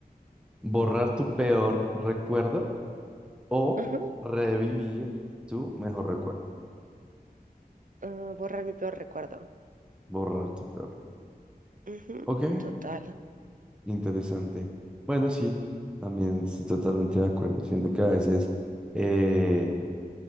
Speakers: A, in the centre; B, on the right.
A: Borrar tu peor recuerdo o
B: Ajá,
A: revivir tu mejor recuerdo.
B: ah, borrar mi peor recuerdo.
A: Borrar tu peor recuerdo.
B: Ujú,
A: Ok.
B: total.
A: Interesante. Bueno, sí, también estoy totalmente de acuerdo. Siento que a veces eh,